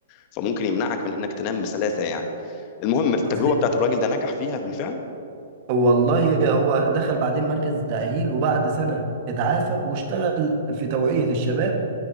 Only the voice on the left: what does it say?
فممكن يمنعك من انك تنام بسلاسه يعني المهم التجربه
بتاعت الراجل ده نجح فيها بالفعل